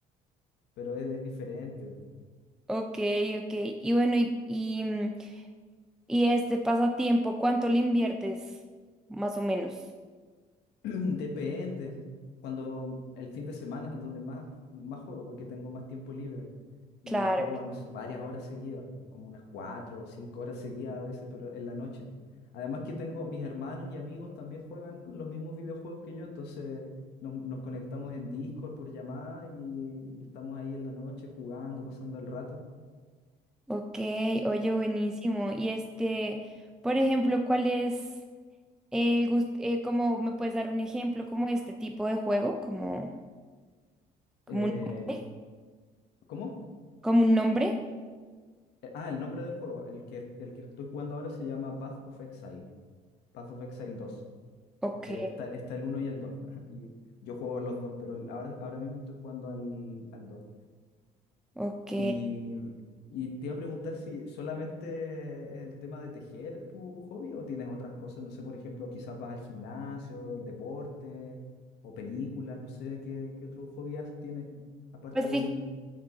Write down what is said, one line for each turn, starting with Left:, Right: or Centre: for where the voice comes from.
Left: pero es, es diferente.
Centre: Ok, ok. Y bueno, y, y, mm, y este pasatiempo, ¿cuánto le inviertes? Más o menos.
Left: <clears throat> Depende. Cuando el fin de semana es donde más, más juego, porque tengo más tiempo libre. Y
Centre: Claro.
Left: juego, no sé, varias horas seguidas, como unas cuatro o cinco horas seguidas a veces, pero en la noche. Además que tengo mis hermanos y amigos también juegan los mismos videojuegos que yo, entonces nos, nos conectamos en Discord por llamada y, y estamos ahí en la noche jugando, pasando el rato.
Centre: Ok, oye, buenísimo. Y este, por ejemplo, ¿cuál es? El gust- eh, como me puedes dar un ejemplo como este tipo de juego, como, como
Left: Eh,
Centre: un nombre,
Left: c- ¿cómo?
Centre: como un nombre.
Left: Eh, Ah, el nombre del juego, el que, el que estoy jugando ahora se llama Path of Exile, Path of Exile dos.
Centre: Ok,
Left: Porque está, está el uno y el dos <laughs> Y yo juego a los dos, pero el- ahora, ahora mismo estoy jugando al, al dos
Centre: ok.
Left: Y, y te iba a preguntar si solamente el tema de tejer tu hobby o tienes otras cosas. No sé, por ejemplo, quizás vas al gimnasio, el deporte o películas. No sé qué, qué otro hobby has- tienes aparte
Centre: Pues
Left: del...
Centre: fí-